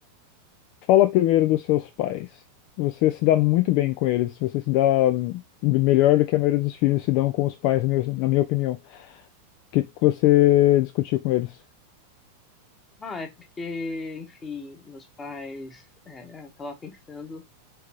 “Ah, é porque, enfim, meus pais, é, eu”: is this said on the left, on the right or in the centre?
Left